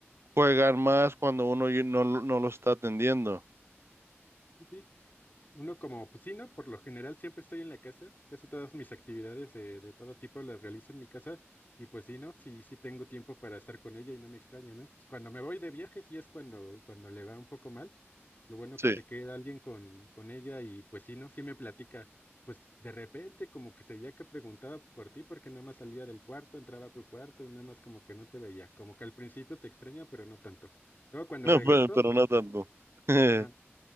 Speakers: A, on the right; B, on the left.
A: juegan más cuando uno y- no, lo- no lo está atendiendo.
B: Sí, Uno como, pues sí, ¿no? Por lo general siempre estoy en la casa, casi todas mis actividades de, de todo tipo las realizo en mi casa y pues sí, ¿no? Sí, sí tengo tiempo para estar con ella y no me extraña, ¿no? Pues cuando me voy de viaje sí es cuando, cuando le va un poco mal, lo bueno
A: Sí,
B: que se queda alguien con, con ella y pues sí, ¿no? Sí me platica, pues de repente como que se veía que preguntaba por ti porque nada más salía del cuarto, entraba a tu cuarto y nada más como que no te veía, como que al principio te extraña, pero no tanto. Luego
A: <laughs>
B: cuando
A: no,
B: regreso...
A: pero, pero no tanto. <laughs>
B: ajá,